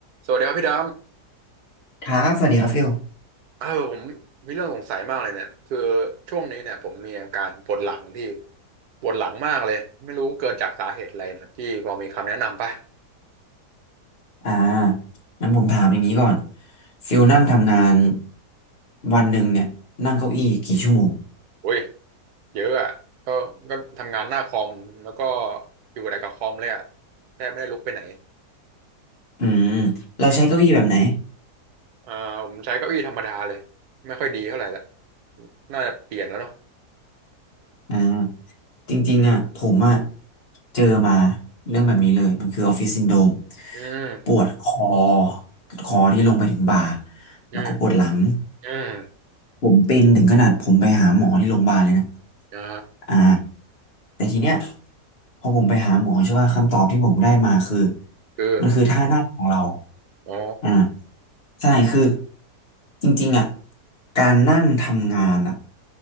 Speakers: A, on the right; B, on the left.
A: สวัสดีครับพี่ด
B: ครับสวัสดีครับฟิล
A: ำเออผมมีเรื่องสงสัยมากเลยเนี่ยคือช่วงนี้เนี่ยผมมีอาการปวดหลังพี่ปวดหลังมากเลยไม่รู้เกิดจากสาเหตุอะไรเนี่ยพี่พอมีคำแนะนำป่ะ
B: อ่างั้นผมถามอย่างนี้ก่อนฟิลนั่งทำงานวันหนึ่งเนี่ยนั่งเก้าอี้กี่ชั่วโมง
A: อุ้ยเยอะอ่ะก็ก็ทำงานหน้าคอมแล้วก็อยู่แต่กับคอมเลยอ่ะแทบไม่ได้ลุกไปไหน
B: อืมเราใช้เก้าอี้แบบไหน
A: อ่าผมใช้เก้าอี้ธรรมดาเลยไม่ค่อยดีเท่าไหร่ละน่าจะเปลี่ยนแล้วเนาะ
B: อ่าจริงๆอ่ะผมอ่ะเจอมาเรื่องแบบนี้เลยมันคือออฟฟิศซินโดรม
A: อืม
B: ปวดคอคอที่ลงไปถึงบ่า
A: อืม
B: แล้วก็ปวดหลัง
A: อืม
B: ผมเป็นถึงขนาดผมไปหาหมอที่โรงพยาบาลเลยนะ
A: อ่า
B: อ่า แต่ทีเนี้ยพอผมไปหาหมอใช่ป่ะคำตอบที่ผมได้มาคือ
A: คือ
B: มันคือท่านั่งของเรา
A: อ๋อ
B: อ่าใช่คือจริงๆอ่ะการนั่งทำงานอ่ะ